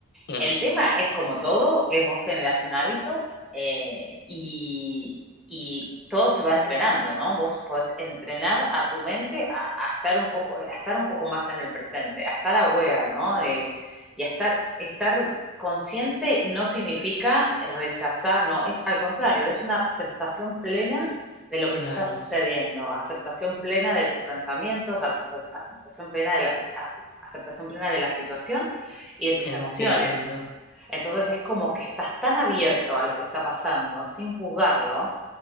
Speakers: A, on the left; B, in the centre.
A: mm,
B: El tema es como todo, es vos generás un hábito eh, y, y todo se va entrenando, ¿no? Vos podés entrenar a tu mente a, a ser un poco, a estar un poco más en el presente, a estar aware, ¿no? De- y a estar, estar consciente no significa rechazar, no, es al contrario, es una aceptación plena de lo
A: Claro,
B: que está sucediendo, aceptación plena de tus pensamientos, ace- aceptación plena de la, ace- aceptación plena de la situación y de tus
A: entiendo.
B: emociones. Entonces es como que estás tan abierto a lo que está pasando, sin juzgarlo.